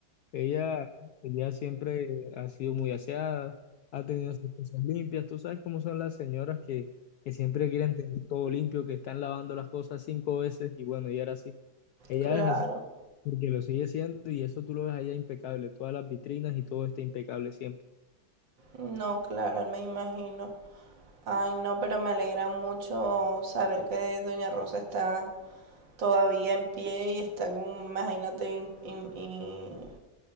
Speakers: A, on the left; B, on the right.
A: Ella, ella siempre ha sido muy aseada, ha tenido sus cosas limpias. Tú sabes cómo son las señoras que, que siempre quieren tener todo limpio, que están lavando las cosas cinco veces y bueno, ella era así. Ella
B: Claro.
A: es así porque lo sigue siendo y eso tú lo ves allá impecable. Todas las vitrinas y todo está impecable siempre.
B: No, claro, me imagino. Ay, no, pero me alegra mucho saber que Doña Rosa está todavía en pie y está como, imagínate, in- in- in-